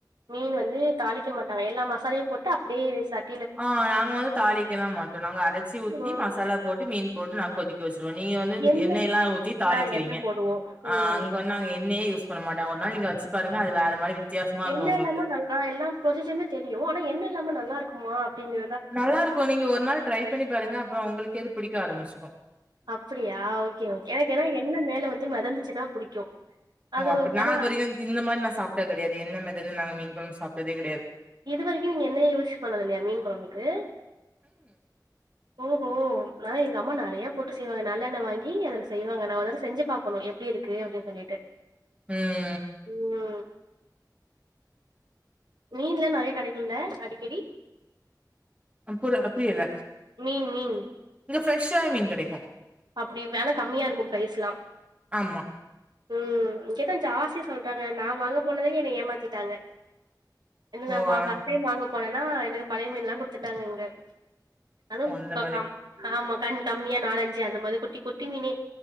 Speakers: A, on the right (about 75°); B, on the right (about 15°).
A: மீன் வந்து தாலிக்க மாட்டாங்க எல்லா மசாலயு போட்டு அப்டியே சட்
B: ஆ நாங்க வந்து தாளிக்கலா மாட்டோ நாங்க அரைச்சி ஊத்தி
A: ம்
B: மசாலா போட்டு மீன் போட்டு நா கொதிக் க வெச்ருவ நீங்க வந்து
A: எண்ணெ
B: எண்ணெய்லா ஊத்தி தாளிக்கிறீங்க
A: ஆ எண்ணெ போடுவோ ம்
B: அங்க வந் நாங்க எண்ணெயே யூஸ் பண்ண மாட்ட ஒரு நாள் நீங்க வெச்சு பாருங்க அது வேற மாரி வித்தியாசமா இருக்கு
A: எண்ணெ
B: உங்களுக்கு
A: இல்லாம நல்லா எல்லா ப்ரொசீஜர்மே தெரியு ஆனா எண்ணெ இல்லாம நல்லா இருக்குமா அப்டின்னு
B: நல்லாருக்கு நீங்க ஒரு நாள் ட்ரை பண்ணி பாருங்க அப்றோ உங்குளுக்கே அது புடிக்க ஆரம்பிச்சுரு
A: அப்பிடியா ஓகே ஓகே எனக்கு ஏனா எண்ணெ மேல வந்து மெதந்துச்சுன்னா புடிக்கு அது
B: ஓ அப்டி நா
A: ஆனா
B: அது வரிக்கு இந்த மாரி நா சாப்ட்ட கெடயாது எண்ணெ மெதந்து நாங்க மீன் கொழம்பு சாப்ட்டதே கெடயாது
A: இது வரைக்கு நீங்க எண்ணயே யூஸ் பண்ணது இல்லயா மீன் கொழம்புக்கு
B: <inaudible>
A: ஓஹோ நா எங்க அம்மா நெறயா போட்டு செய்வாங்க நல்லெண்ண வாங்கி அதில் செய்வாங்க நா ஒர்தடவ செஞ்சு பாக்கணு எப்டி இருக்கு கு அப்டி சொல்லிட்டு
B: ம்
A: இன்னா மீன்லா நறயா கடைக்குல்ல அடிக்கடி
B: அ புர அ புரியல
A: மீன் மீன்
B: இங்க ஃப்ரெஷ்ஷா மீன் கேடைக்கு
A: அப்டி வெல கம்மியா இருக்கு ப்ரைஸ் லா
B: ஆமா
A: ம் இங்கதா ஜாஸ்த சொல்றாங்க நா வாங்க போனதே என்ன ஏமாத்திட்டாங்க என்ன
B: ஓ
A: என் நா
B: அந்
A: ஃபர்ஸ்ட் டைம் வாங்க போனேன்னா எனக்கு பழைய மீன்லா குடுத்துட்டாங்க இங்க அதுவு
B: ஓ
A: முக்கா
B: அந்த மாரி
A: கம் ஆமா கம் கம்மியா நாலஞ் ச்சி அந்த மாரி குட்டி குட்டி மினி